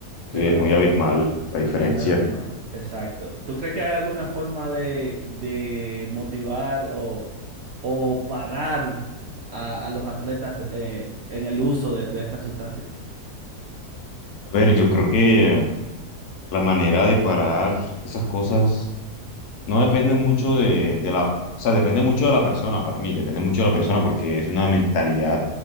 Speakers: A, on the right; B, on the left.
A: pero
B: Sí, es muy abismal la diferencia.
A: es abismal, exacto. ¿Tú crees que hay alguna forma de, de motivar o, o parar a, a los atletas eh, en el uso de, de estas sustancias?
B: A ver, yo creo que la manera de parar esas cosas no depende mucho de, de la, o sea, depende mucho de la persona para mí, depende mucho de la persona porque es una mentalidad,